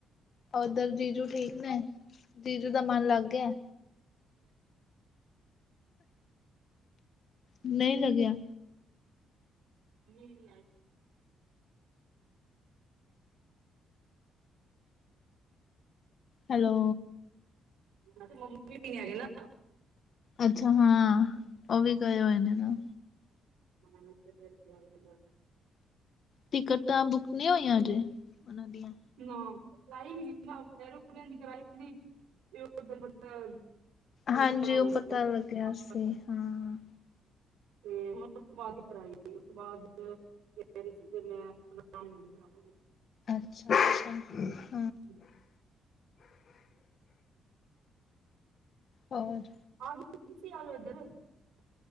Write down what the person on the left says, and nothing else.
ਉਧਰ ਜੀਜੂ ਠੀਕ ਨੇ ਜੀਜੂ ਦਾ ਮਨ ਲਗ ਗਿਆ। ਨਹੀਂ ਲੱਗਿਆ।
ਹੈਲੋ,
ਅੱਛਾ ਹਾਂ ਉਹ ਵੀ ਗਏ ਹੋਏ ਨੇ ਨਾ।
ਟਿਕਟ ਤਾਂ ਬੁੱਕ ਨਹੀਂ ਹੋਈ ਆ ਅਜੇ। ਉਹਨਾਂ ਦੀਆਂ।
ਹਾਂਜੀ
ਉਹ
ਪਤਾ
ਲੱਗਿਆ ਸੀ
ਹਾਂ।
ਅੱਛਾ ਅੱਛਾ।
ਹੋਰ।